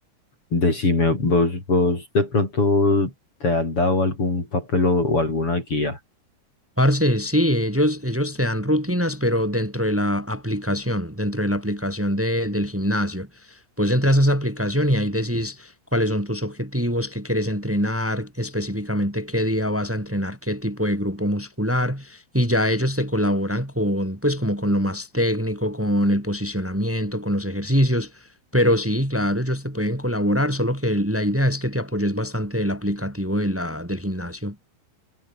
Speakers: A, on the left (about 35°); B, in the centre.
A: decime, vos, vos de pronto te han dado algún papel o o alguna guía.
B: Parce, sí, ellos, ellos te dan rutinas, pero dentro de la aplicación, dentro de la aplicación de- del gimnasio. Pues entras a esa aplicación y ahí decís cuáles son tus objetivos, qué quieres entrenar, específicamente qué día vas a entrenar, qué tipo de grupo muscular, y ya ellos te colaboran con, pues como con lo más técnico, con el posicionamiento, con los ejercicios. Pero sí, claro, ellos te pueden colaborar, solo que la idea es que te apoyes bastante del aplicativo de la, del gimnasio.